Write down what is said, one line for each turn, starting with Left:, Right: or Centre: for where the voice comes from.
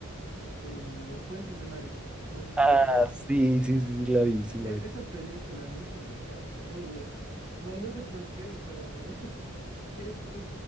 Right: el- Los puentes de Madison. No sé si
Centre: Ah,
Right: la llegaste a
Centre: sí,
Right: ver.
Centre: sí, sí, sí, la vi, sí, la
Right: Es-
Centre: vi.
Right: esa película me hizo llorar. Ay, Dios. No, no sé por qué, pero <laughs> ti- es- es-